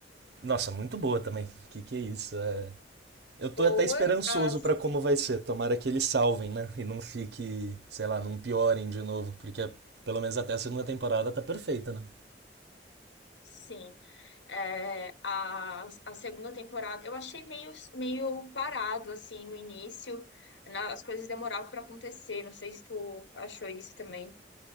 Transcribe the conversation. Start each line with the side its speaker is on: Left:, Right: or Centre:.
Right: Nossa, muito boa também. Que que é isso? É... Eu tô
Left: Boa,
Right: até esperançoso
Left: as,
Right: pra como vai ser. Tomara que eles salvem, né? E não fique, sei lá, não piorem de novo, porque pelo menos até a segunda temporada tá perfeita, né?
Left: sim. É, a, a segunda temporada, eu achei meio, meio parado, assim, no início. na- as coisas demoravam para acontecer, não sei se tu achou isso também.